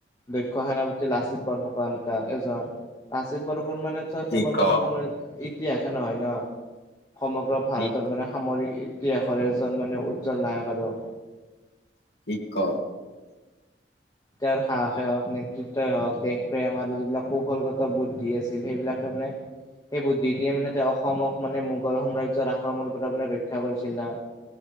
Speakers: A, on the left (about 20°); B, on the left (about 65°).
A: দক্ষ সেনাপতি, লাচিত বৰফুকন্তা এজন লাচিত বৰফুৰ মানে
B: কি
A: কেৱল
B: ক
A: মানে, অসমৰ ইতিহাসে নহয় ন', সমগ্ৰ ভাৰতৰ
B: কি
A: মানে সামৰিক ইতিহাসৰে এজন মানে, উজ্জ্বল নায়ক আৰু।
B: <unintelligible>
A: তেওঁৰ সাহসে হওঁক, নেতৃত্বই হওঁক, দেশ প্ৰেম আৰু যিবিলাক কৌশলগত বুদ্ধি আছিল সেইবিলাকে মানে সেই বুদ্ধিদিয়ে মানে, তেওঁ অসমক মানে, মোগল সাম্ৰাজ্যৰ আক্ৰমণৰ পৰা ৰক্ষা কৰিছিল না।